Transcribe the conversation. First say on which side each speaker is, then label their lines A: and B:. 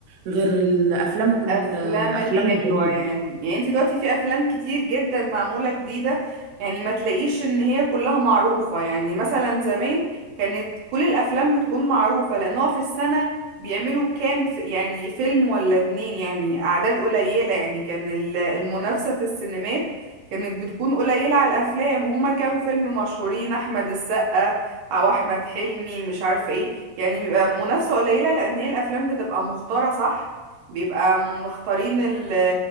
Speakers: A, on the right (about 80°); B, on the right (about 65°).
A: غير الافلام والافلام
B: افلام الحلوه
A: الجميلة
B: يعني يعني انت دلوقتي في افلام كتير جدا معموله جديده يعني ما تلاقيش ان هي كلها معروفه يعني مثلا زمان كانت كل الافلام بتكون معروفه لان هو في السنه بيعملوا كام ف- يعني فيلم ولا اتنين يعني اعداد قليله يعني كان ال- المنافسه في السينمات كانت بتكون قليله على الافلام هما كام فيلم مشهورين احمد السقا او احمد حلمي مش عارفه ايه يعني بيبقى منافسه قليله لان هي الافلام بتبقى مختاره صح بيبقى مختارين ال-